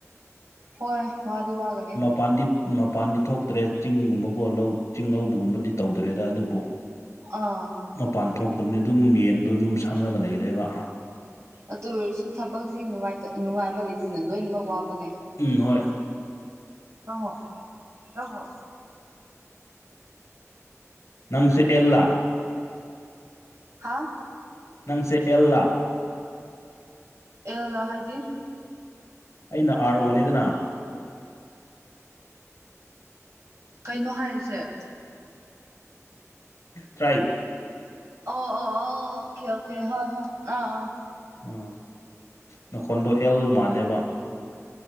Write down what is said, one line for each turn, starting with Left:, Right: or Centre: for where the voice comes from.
Right: ꯍꯣꯏ ꯋꯥꯗꯤ ꯋꯥꯒꯅꯤ
Left: ꯃ ꯄꯥꯟꯗꯤ ꯃꯄꯥꯟꯗꯤ ꯊꯣꯛꯇ꯭ꯔꯦ ꯆꯤꯡꯒꯨꯝꯕꯀꯣ ꯂꯧ ꯆꯤꯡ ꯂꯧꯕꯒꯨꯝꯕꯗꯤ ꯇꯧꯗ꯭ꯔꯦꯗ ꯑꯗꯨꯕꯨ
Right: ꯑꯥ
Left: ꯃꯄꯥꯟ ꯊꯣꯛꯇꯕꯅꯤ ꯑꯗꯨꯝ ꯌꯦꯟꯗꯣ ꯑꯗꯨꯝ ꯁꯪꯉꯒ ꯂꯩꯔꯦꯕ
Right: ꯑꯗꯨ ꯑꯣꯏꯔꯁꯨ ꯊꯕꯛꯁꯤ ꯅꯨꯡꯉꯥꯏꯕ ꯂꯩꯇꯦꯅ ꯂꯣꯏꯅꯃꯛ ꯋꯥꯕꯅꯦ
Left: ꯎꯝ ꯍꯣꯏ
Right: ꯑꯣ ꯑꯣ
Left: ꯅꯪꯁꯦ ꯑꯦꯜꯂꯥ
Right: ꯍꯥꯥ
Left: ꯅꯪꯁꯦ ꯑꯦꯜꯂꯥ
Right: ꯑꯦꯂ ꯍꯥꯏꯗꯤ
Left: ꯑꯩꯅ ꯑꯥꯔ ꯑꯣꯅꯦꯗꯅ
Right: ꯀꯩꯅꯣ ꯍꯥꯏꯔꯤꯁꯦ
Left: ꯇ꯭ꯔꯥꯏꯕ
Right: ꯑꯣ ꯑꯣ ꯑꯣ ꯑꯣꯀꯦ ꯑꯣꯀꯦ ꯍ ꯍ ꯑ ꯑ
Left: ꯑ ꯅꯈꯣꯟꯗꯣ ꯑꯦꯜ ꯃꯥꯜꯂꯦꯕ